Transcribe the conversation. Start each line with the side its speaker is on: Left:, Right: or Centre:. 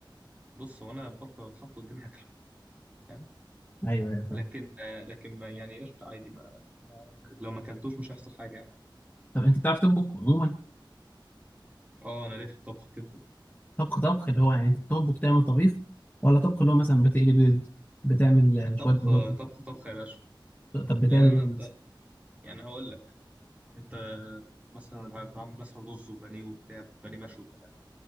Right: بص هو انا البطه لو اتحط قدامي هاكله فاهم
Left: ايوه ايوه
Right: لكن
Left: فاهم.
Right: آه، لكن ما يعني قشطة عادي ما ما- لو ما اكلتوش مش هيحصل حاجة يعني
Left: طب انت بتعرف تطبخ عموما
Right: اه انا ليه في الطبخ كده
Left: طبخ طبخ اللي هو يعني انت بتطبخ تعمل طبيخ ولا طبخ اللي هو مثلا بتقلي بيض بتعمل آه، شويه
Right: طبخ
Left: بيض
Right: طبخ طبخ يا باشا
Left: طب بتعمل
Right: يعني انا انت يعني هقول لك انت مثلا أنا بعمل مثلا رز وبانيه وبتاع بانيه مشوي كمان